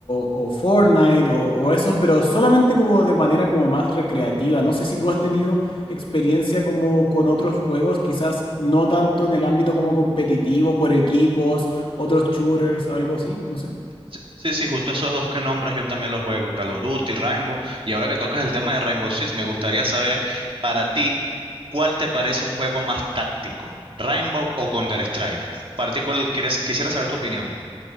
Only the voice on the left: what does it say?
o Fortnite o, o eso, pero solamente como de manera como más recreativa. No sé si tú has tenido experiencia como con otros juegos, quizás no tanto en el ámbito como competitivo, por equipos, otros shooters, algo así, no sé.